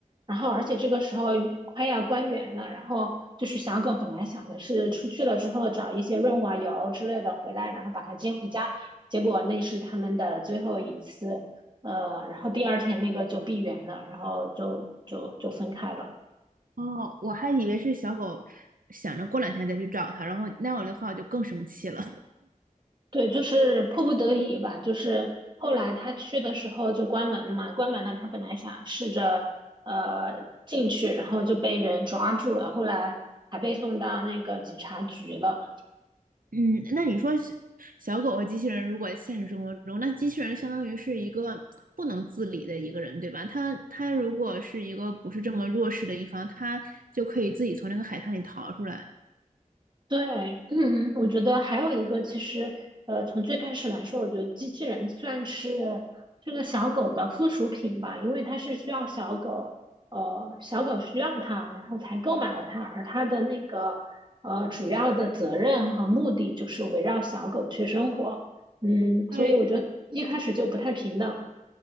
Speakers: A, on the right (about 35°); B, on the right (about 85°).
A: 然后而且这个时候快要关园了，然后就是小狗本来想的是出去了之后找一些润滑油之类的回来，然后把它接回家，结果那是他们的最后一次。呃，然后第二天那个就闭园了，然后就就就分开了。
B: 哦，我还以为是小狗想着过两天再去找它，然后那样的话我就更生气了。
A: 对，就是迫不得已吧。就是后来他去的时候就关门嘛，关门了。他本来想试着呃进去，然后就被人抓住了，后来还被送到那个警察局了。
B: 嗯，那你说是小狗和机器人，如果现实生活中，那机器人相当于是一个不能自理的一个人，对吧？他他如果是一个不是这么弱势的一方，他就可以自己从那个海滩里逃出来。
A: 对，嗯，我觉得还有一个，其实，呃，从最开始来说，我觉得机器人算是这个小狗的附属品吧，因为它是需要小狗，呃，小狗需要它，然后才购买了它，而它的那个，呃，主要的责任和目的就是围绕小狗去生活，嗯，
B: 对，
A: 所以我觉得一开始就不太平等。